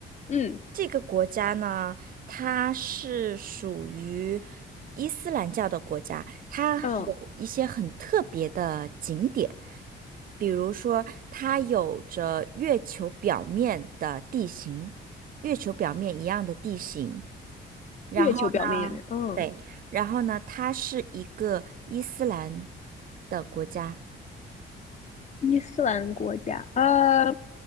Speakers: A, on the left (about 35°); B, on the right (about 45°).
A: 嗯
B: 这个国家呢，它是属于伊斯兰教的国家，它有一些很特别的景点，
A: 嗯，
B: 比如说，它有着月球表面的地形，月球表面一样的地形。然后呢，
A: 月球表面也那，嗯。
B: 对，然后呢，它是一个伊斯兰的国家。
A: 伊斯兰国家，呃，